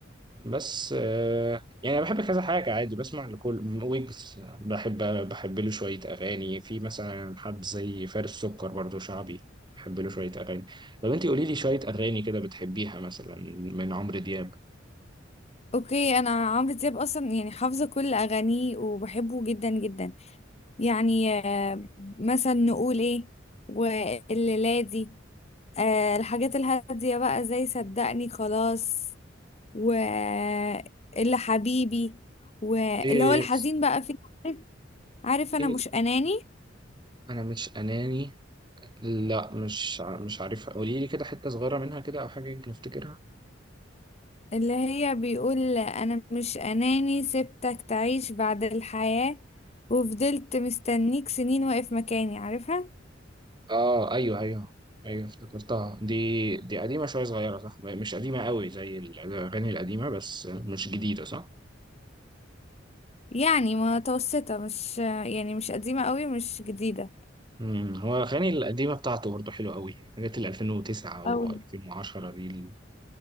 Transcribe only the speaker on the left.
اوكي انا عمرو دياب اصلا يعني حافظه كل اغانيه وبحبه جدا جدا يعني آه، مثلا نقول ايه والليلة دي آه، الحاجات الهاديه بقى زي صدقني خلاص واللي حبيبي واللي
هو الحزين بقى فيه عارف عارف انا
مش اناني
اللي هي بيقول انا مش اناني سبتك تعيش بعد الحياه وفضلت مستنيك سنين واقف مكاني عارفها
يعني متوسطة مش يعني مش قديمة قوي مش جديدة
أوي